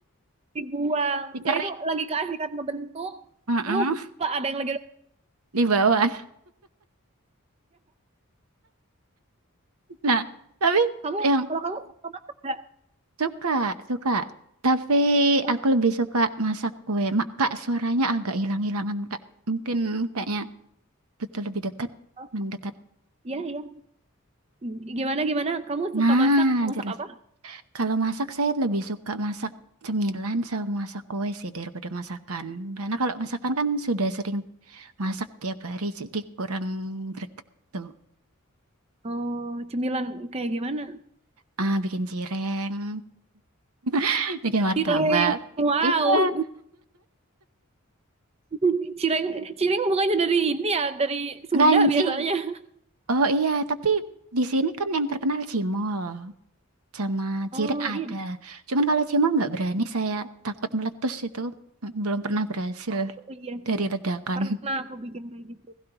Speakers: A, on the right (about 25°); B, on the right (about 80°).
A: dibuang.
B: dikerik
A: Soalnya itu lagi keasikan ngebentuk,
B: Heeh,
A: lupa ada yang lagi <laughs>
B: di bawah nah tapi
A: Kamu,
B: yang
A: kalau kamu suka masak nggak?
B: Suka, suka. Tapi
A: Oh,
B: aku lebih suka masak kue. Mak, Kak, suaranya agak hilang-hilangan, Kak. Mungkin kayaknya butuh lebih dekat,
A: oh.
B: mendekat.
A: Iya, iya. G- Gimana, gimana? Kamu
B: Nah,
A: suka masak, masak
B: jelas.
A: apa?
B: Kalau masak, saya lebih suka masak cemilan sama masak kue sih daripada masakan. Karena kalau masakan kan sudah sering masak tiap hari, jadi kurang greget tuh.
A: Oh, cemilan kayak gimana?
B: Ah, bikin cireng, <laughs> bikin martabak.
A: Cireng, wow.
B: Iya,
A: <laughs> Cireng, cireng bukannya dari ini ya, dari Sunda
B: kanji.
A: biasanya.
B: Oh iya, tapi di sini kan yang terkenal cimol. sama
A: Oh,
B: cireng ada.
A: iya.
B: Cuman kalau cimol nggak berani, saya takut meletus itu. Mm, Belum pernah berhasil
A: Oh, iya
B: dari
A: sih.
B: ledakan.
A: Pernah
B: <laughs>
A: aku bikin kayak gitu.